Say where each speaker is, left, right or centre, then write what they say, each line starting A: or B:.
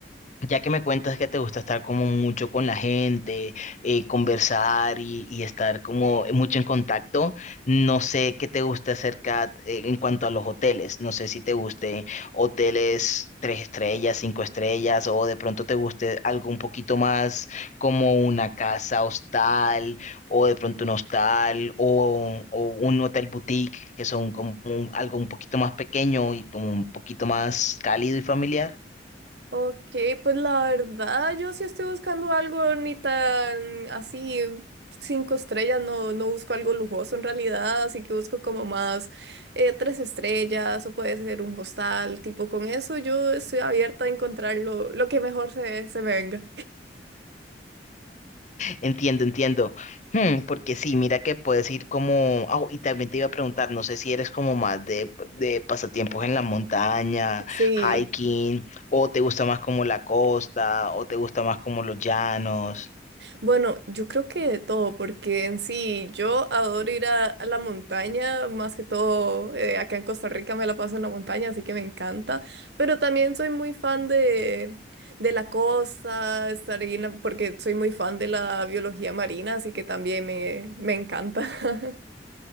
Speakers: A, on the left; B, on the right.
A: Ya que me cuentas que te gusta estar como mucho con la gente, eh, conversar y, y estar como mucho en contacto, no sé qué te gusta acerca eh, en cuanto a los hoteles. No sé si te gusten hoteles tres estrellas, cinco estrellas, o de pronto te guste algo un poquito más como una casa hostal, o de pronto un hostal, o, o un hotel boutique, que son como un- algo un poquito más pequeño y como un poquito más cálido y familiar.
B: Ok, pues la verdad yo sí estoy buscando algo ni tan así, cinco estrellas, no, no busco algo lujoso en realidad, así que busco como más eh, tres estrellas o puede ser un hostal, tipo con eso yo estoy abierta a encontrar lo, lo que mejor se, se me venga.
A: Entiendo, entiendo. Hmm, porque sí, mira que puedes ir como... ah, y también te iba a preguntar, no sé si eres como más de, de pasatiempos en la montaña,
B: <laughs> Sí.
A: hiking, o te gusta más como la costa, o te gusta más como los llanos. <laughs>
B: Bueno, yo creo que de todo, porque en sí yo adoro ir a, a la montaña, más que todo eh, acá en Costa Rica me la paso en la montaña, así que me encanta, pero también soy muy fan de, de la costa, estar ahí, en la- porque soy muy fan de la biología marina, así que también me, me encanta. <laughs>